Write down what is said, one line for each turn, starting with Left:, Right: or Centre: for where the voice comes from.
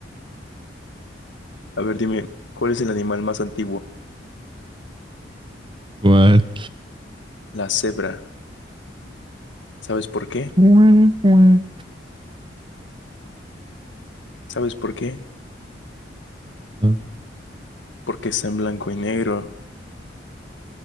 Left: A ver, dime, ¿cuál es el animal más antiguo?
Right: ¿Cuál?
Left: La cebra. ¿Sabes por qué?
Right: Guau, guau.
Left: ¿Sabes por qué?
Right: No,
Left: Porque está en blanco y negro.